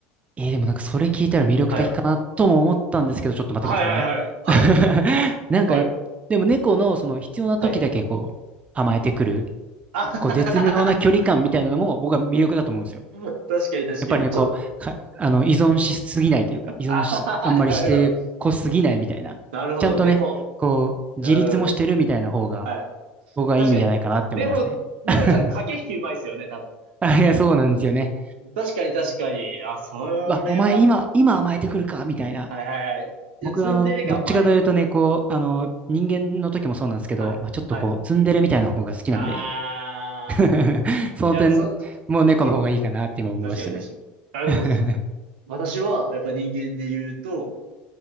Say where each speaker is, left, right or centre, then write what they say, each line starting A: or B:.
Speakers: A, on the right; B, on the right.
A: えーでもなんかそれ聞いたら魅力的かなとも思ったんですけど、
B: はい。
A: ちょっと待ってくださいね。
B: はいはいはい。はい。
A: <laughs> なんかや、
B: はい。
A: でも猫のその必要な時だけこう、
B: はい。
A: 甘えてくる、
B: あははは
A: こう、絶妙な距離感みたいなのも僕は魅力だと思うんですよ。
B: 確かに確かに。
A: やっぱりね、
B: ちょっと、
A: こう、か、あの、依存しすぎないというか、依存し、
B: あはははなるほど。
A: あんまりしてこすぎないみたいな。
B: なるほど。
A: ちゃんとね、
B: 猫。
A: こう、自立もしてるみたいな方が、
B: うん。はい。
A: 僕はいいんじゃないかなって思いますね。
B: 確かに。猫、猫ちゃん駆け引きうまいですよね、
A: <laughs>
B: 多分。
A: あ、いや、そうなんですよね。
B: 確かに確かに。あ、それは。
A: わ、お前今、今甘えてくるかみたいな。
B: はいはいはい。いや、
A: 僕は、
B: ツンデレ感もあります。
A: あの、どっちかというとね、こう、あの、人間の時もそうなんですけど、
B: はい。
A: まあ、ちょっとこう、
B: はい。
A: ツンデレみたいな方が好きなんで、
B: あ
A: <laughs> その点、
B: ー。いや、そ、
A: もう猫の方がいいかなって今思いましたね。
B: それ、確かに確かに。あ、
A: <laughs>
B: でもそ、私は、やっぱ人間で言うと、